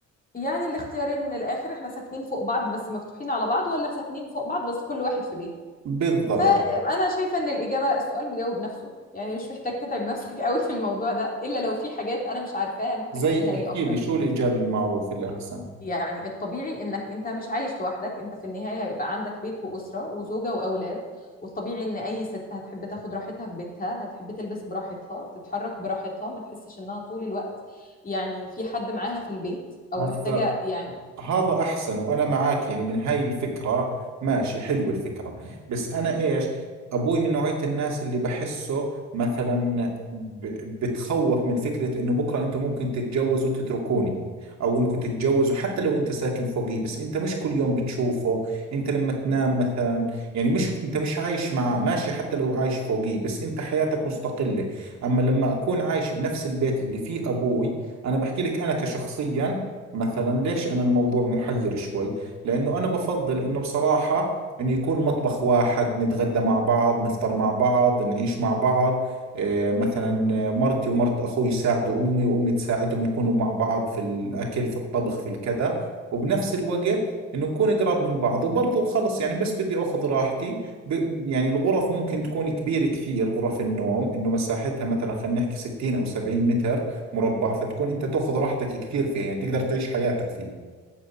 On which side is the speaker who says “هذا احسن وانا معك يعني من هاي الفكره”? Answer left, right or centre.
Right